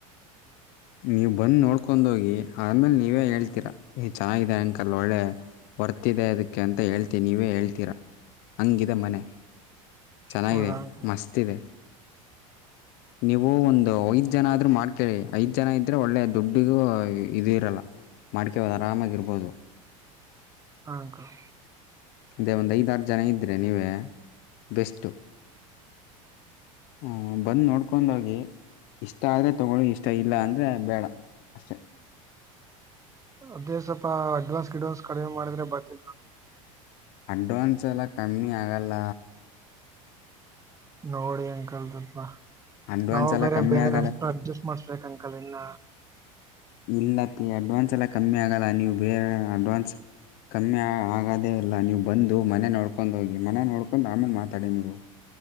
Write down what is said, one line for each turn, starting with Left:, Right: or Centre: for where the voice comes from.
Left: ನೀವು ಬಂದ ನೋಡ್ಕೊಂದ್ ಹೋಗಿ ಆಮೇಲ್ ನೀವೇ ಹೇಳ್ತೀರಾ ನೀ ಚೆನ್ನಾಗಿದೆ ಅಂಕಲ್. ಒಳ್ಳೆ ಹೊರ್ತಿದೆ ಅದಕ್ಕೆ ಅಂತ ಹೇಳ್ತೀ ನೀವೇ ಹೇಳ್ತೀರಾ ಹಂಗಿದೆ ಮನೆ. ಚೆನ್ನಾಗಿದೆ
Right: ಹೌದಾ ಅಂಕಲ್
Left: ಮಸ್ತ್ ಇದೆ. ನೀವು ಒಂದು ಐದ್ ಜನ ಆದ್ರೂ ಮಾಡ್ಕ್ಯಳ್ಳಿ. ಐದು ಜನ ಇದ್ದರೆ ಒಳ್ಳೆ ದುಡ್ಡಿಗೂ ಇದ ಇರಲ್ಲ ಮಾಡ್ಕ್ಯಬೌದು ಆರಾಮಾಗಿರ್ಬೋದು.
Right: ಹಾ ಅಂಕಲ್.
Left: ಅದೇ ಒಂದು ಐದಾರು ಜನ ಇದ್ದರೆ ನೀವೇ ಬೆಸ್ಟು. ಹ ಬಂದ್ ನೋಡ್ಕೊಂಡೋಗಿ ಇಷ್ಟ ಆದ್ರೆ ತಗೊಳ್ಳಿ. ಇಷ್ಟ ಇಲ್ಲ ಅಂದ್ರೆ ಬೇಡ ಅಷ್ಟೇ.
Right: ಅದೇ ಸ್ವಲ್ಪ ಅಡ್ವಾನ್ಸ್ ಗಿಡ್ವಾನ್ಸ್ ಕಡಿಮೆ ಮಾಡಿದ್ರೆ ಬರ್ತಿನಿ.
Left: ಅಡ್ವಾನ್ಸ್ ಎಲ್ಲ ಕಮ್ಮಿ ಆಗಲ್ಲ.
Right: ನೋಡಿ ಅಂಕಡ್ರಪ್ಪ
Left: ಅಡ್ವಾನ್ಸ್
Right: ನಾವು
Left: ಎಲ್ಲ
Right: ಬೇರೆ
Left: ಕಮ್ಮಿ
Right: ಬೆನಫ
Left: ಆಗಲ್ಲ
Right: ಅಡ್ಜಸ್ಟ್ ಮಾಡ್ಸ್ಬೇಕು ಅಂಕಲ್ ಇನ್ನ.
Left: ಇಲ್ಲ ಪಿ ಅಡ್ವಾನ್ಸ್ ಎಲ್ಲ ಕಮ್ಮಿ ಆಗಲ್ಲ ನೀವು ಬೇರೆ ಅಡ್ವಾನ್ಸ್. ಕಮ್ಮಿ ಆಗೋದೇ ಇಲ್ಲ ನೀವು ಬಂದು ಮನೆ ನೋಡ್ಕೊಂಡು ಹೋಗಿ ಮನೆ ನೋಡ್ಕೊಂಡು ಆಮೇಲೆ ಮಾತಾಡಿ ನೀವು.